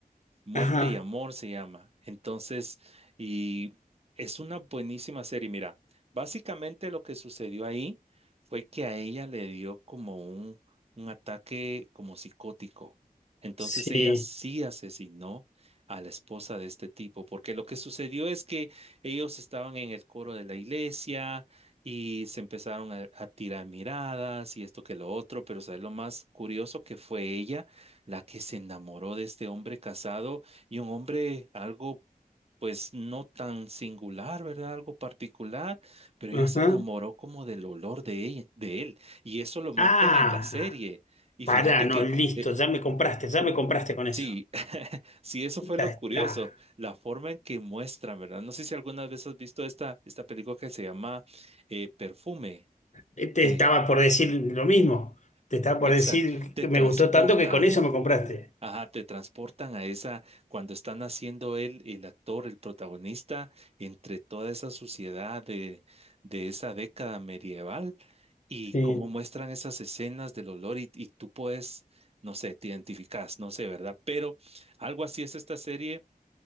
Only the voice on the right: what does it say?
Muerte
y Amor se llama. Entonces, y es una buenísima serie. Mira, básicamente lo que sucedió ahí fue que a ella le dio como un, un ataque como psicótico. Entonces
ella sí asesinó a la esposa de este tipo, porque lo que sucedió es que ellos estaban en el coro de la iglesia y se empezaron a, a tirar miradas y esto que lo otro, pero ¿sabes lo más curioso que fue ella? la que se enamoró de este hombre casado y un hombre algo, pues no tan singular, ¿verdad? Algo particular, pero ella
se enamoró como del olor de ella, de él, y eso lo marcan
en la serie. Y
fíjate
que
eh,
sí, <laughs> sí, eso
fue lo
curioso, la forma en que muestran, ¿verdad? No sé si alguna vez has visto esta, esta película que se llama eh, Perfume.
te
Exacto,
te
transportan
Ajá, te transportan a esa, cuando están haciendo él, el actor, el protagonista, entre toda esa suciedad de, de esa década medieval y
cómo muestran esas escenas del olor y, y tú puedes, no sé, te identificas, no sé, ¿verdad? Pero algo así es esta serie